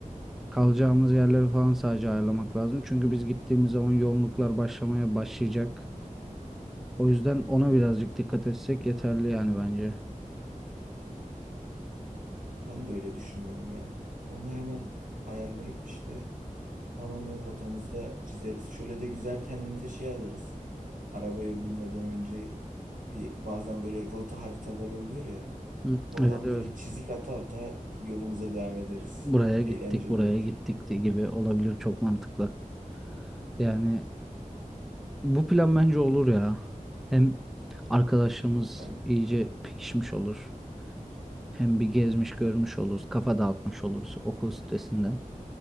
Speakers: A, in the centre; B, on the right (about 70°).
A: Kalacağımız yerleri falan sadece ayarlamak lazım. Çünkü biz gittiğimiz zaman yoğunluklar başlamaya başlayacak. O yüzden ona birazcık dikkat etsek yeterli yani bence.
B: Ben de öyle düşünüyorum ya. Onu hemen ayarlayıp işte tamamen rotamızı da çizeriz. Şöyle de güzel kendimize şey alırız. Arabaya binmeden önce bir bazen böyle rota haritaları oluyor ya.
A: Hı,
B: Oradan
A: Evet evet.
B: böyle çizik ata ata yolumuza devam ederiz.
A: Buraya gittik,
B: Eğlenceli
A: buraya
B: olur.
A: gittik diye gibi olabilir çok mantıklı. Yani bu plan bence olur ya. Hem arkadaşımız
B: Ben
A: iyice pekişmiş olur. Hem bir gezmiş görmüş oluruz, kafa dağıtmış oluruz okul stresinden.